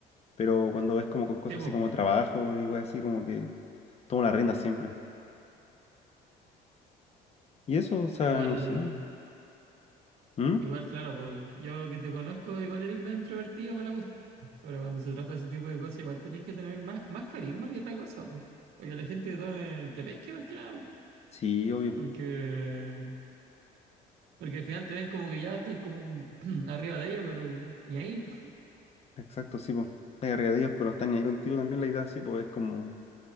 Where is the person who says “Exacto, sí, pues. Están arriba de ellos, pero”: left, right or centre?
Left